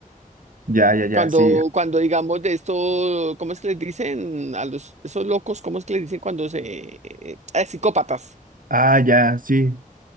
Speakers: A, on the right; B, on the right.
A: Ya, ya, ya,
B: Cuando,
A: sí.
B: cuando digamos de esto, ¿cómo es que les dicen a los, esos locos? ¿Cómo es que les dicen cuando se, eh, psicópatas?
A: Ah, ya, sí.